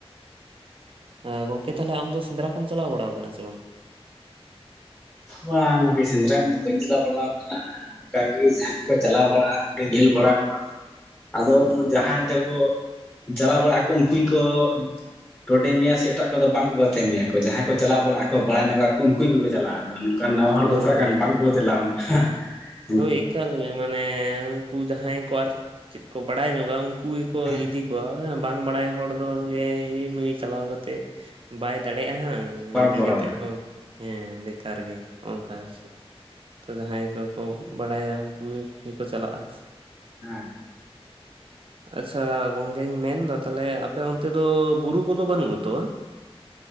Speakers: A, on the right; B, on the left.
A: ᱟᱸ ᱜᱚᱝᱠᱮ ᱛᱟᱦᱚᱞᱮ ᱟᱢ ᱫᱚ ᱥᱮᱸᱫᱽᱨᱟ ᱠᱚᱢ ᱪᱟᱞᱟᱣ ᱵᱟᱲᱟᱣ ᱟᱠᱟᱱᱟ ᱥᱮ ᱵᱟᱝ?
B: ᱵᱟᱝ ᱜᱚᱝᱠᱮ ᱥᱮᱸᱫᱽᱨᱟ ᱤᱧ ᱫᱚ ᱵᱟᱹᱧ ᱪᱟᱞᱟᱣ ᱵᱟᱲᱟᱣ ᱟᱠᱟᱱᱟ᱾ ᱚᱱᱠᱟ ᱜᱤ ᱡᱟᱦᱟᱸᱭ ᱠᱚᱠᱚ ᱪᱟᱞᱟᱣ ᱵᱟᱲᱟᱣ ᱚᱸᱰᱮ ᱧᱮᱞ ᱵᱟᱲᱟ ᱠᱚᱣᱟ ᱟᱫᱚ
A: ᱦᱩᱸ
B: ᱡᱟᱦᱟᱸᱭ ᱛᱮᱜᱚᱻᱜ ᱡᱟᱞᱟᱣ ᱵᱟᱲᱟᱜ ᱟᱠᱚ ᱩᱱᱠᱩᱭ ᱠᱚᱻᱜ ᱴᱚᱰᱮ ᱢᱮᱭᱟ ᱥᱮ, ᱮᱴᱟᱜ ᱠᱚᱫᱚ ᱵᱟᱝ ᱠᱚ ᱜᱟᱛᱮ ᱢᱮᱭᱟ ᱠᱚ, ᱡᱟᱦᱟᱸᱭ ᱠᱚ ᱪᱟᱞᱟᱣ ᱵᱟᱲᱟᱜᱼᱟᱠᱚ ᱵᱟᱲᱟᱭ ᱱᱚᱜᱟ ᱠᱚ ᱩᱱᱠᱩ ᱜᱮᱠᱚ ᱪᱟᱞᱟᱜᱼᱟ, ᱟ ᱱᱚᱝᱠᱟᱱ ᱱᱟᱣᱟ ᱦᱚᱲ
A: ᱦᱳᱭ
B: ᱫᱚ ᱪᱟᱞᱟᱜ
A: ᱦᱳᱭ
B: ᱠᱟᱱ ᱵᱟᱝ ᱠᱚ ᱫᱮᱞᱟ ᱟᱢᱟ, ᱦᱮᱸ ᱦᱮᱸ ᱾
A: ᱦᱳᱭ ᱮᱠᱟᱞᱻᱞᱮ ᱢᱟᱱᱮ ᱩᱸᱠᱩ ᱡᱟᱦᱟᱸᱭ ᱠᱚ ᱟᱨ ᱪᱮᱫ ᱠᱚ ᱵᱟᱲᱟᱭ ᱧᱚᱜᱟ ᱩᱸᱠᱩ ᱜᱮ ᱠᱚ
B: ᱦᱮᱸ
A: ᱤᱫᱤ ᱠᱚᱣᱟ, ᱮᱸ ᱵᱟᱝ ᱵᱟᱲᱟᱭ ᱦᱚᱲ ᱫᱚ ᱞᱮ ᱱᱩᱭ ᱪᱟᱞᱟᱣ ᱠᱟᱛᱮᱜ ᱵᱟᱭ ᱫᱟᱲᱮᱜᱼᱟ ᱦᱟᱸᱜ
B: ᱵᱟᱭ
A: ᱤᱫᱤ
B: ᱠᱚᱨᱟᱣᱟ
A: ᱠᱟᱛᱮᱜ ᱦᱚᱸ ᱦᱮᱸ ᱵᱮᱠᱟᱨ ᱜᱮ, ᱚᱸᱠᱟ ᱟᱨ ᱪᱮᱫ ᱛᱚ ᱡᱟᱦᱟᱸᱭ ᱠᱚ ᱠᱚ ᱵᱟᱲᱟᱭᱟ ᱩᱸᱠᱩ ᱜᱮ ᱜᱮᱠᱚ ᱪᱟᱞᱟᱜᱼᱟ᱾
B: ᱦᱮᱸ,
A: ᱟᱪᱪᱷᱟ ᱜᱚᱝᱠᱮᱧ ᱢᱮᱱ ᱮᱫᱟ ᱛᱟᱦᱮᱞᱮ ᱟᱯᱮ ᱚᱱᱛᱮ ᱫᱚ ᱵᱩᱨᱩ ᱠᱚᱫᱚ ᱵᱟᱹᱱᱩᱜᱼᱟ ᱛᱚ ᱵᱟᱝ?